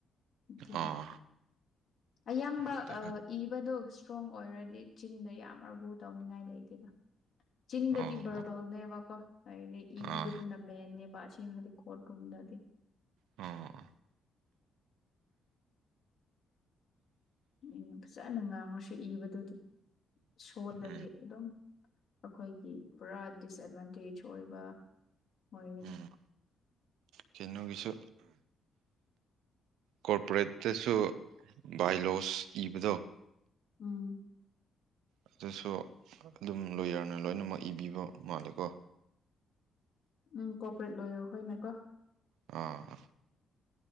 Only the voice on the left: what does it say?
ꯑꯗꯨꯒꯤ
ꯑꯌꯥꯝꯕ
ꯑ ꯏꯕꯗꯣ ꯏꯁꯇ꯭ꯔꯣꯡ ꯑꯣꯏꯔꯗꯤ ꯆꯤꯟꯗ ꯌꯥꯝ ꯑꯥꯔꯒꯨ ꯇꯧꯅꯤꯡꯉꯥꯏ ꯂꯩꯇꯦꯗ ꯆꯤꯡꯗꯗꯤ
ꯕꯔ <unintelligible> ꯍꯥꯏꯗꯤ
ꯏꯕꯗꯨꯅ ꯃꯦꯟꯅꯦꯕ ꯑꯁꯦꯡꯕꯗꯤ ꯀ꯭ꯔꯣꯠ ꯔꯨꯝꯗꯗꯤ
ꯎꯝ ꯐꯖꯅ ꯉꯥꯡꯉꯁꯨ ꯏꯕꯗꯨꯗ ꯁꯣꯜꯂꯗꯤ
ꯑꯗꯨꯝ ꯑꯩꯈꯣꯏꯒꯤ ꯄꯨꯔꯥ ꯗꯤꯁꯑꯦꯠꯚꯥꯟꯇꯦꯖ ꯑꯣꯏꯕ ꯑꯣꯏꯒꯅꯤ
ꯎꯝ
ꯎꯝ ꯀꯣꯄꯔꯦꯠ ꯂꯣꯏꯔꯣ ꯈꯣꯏꯅ ꯀꯣ